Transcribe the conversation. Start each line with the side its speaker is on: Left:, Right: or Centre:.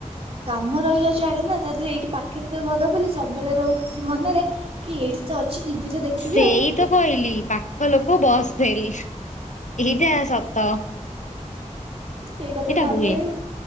Right: କାମ ରହିଯାଉଚି ଆଡେ ନା ତା ଦେହରେ ଏଇଠି ପାଖରେ ତ ଘର ବୋଲି ସବୁବେଳେ ରହୁଚି ମନରେ କି ଏଇଠି ତ ଅଛି ଯିବି। ତ ଦେଖିବି
Left: ସେଇ
Right: ଆଉ।
Left: ତ କହିଲି ପାଖ ଲୋକ ବସ୍ ଫେଲ୍ ଏଇଟା ସତ।
Right: ସେଇ କଥା
Left: ଏଇଟା
Right: ଭାବି
Left: ହୁଏ।
Right: ଭାବି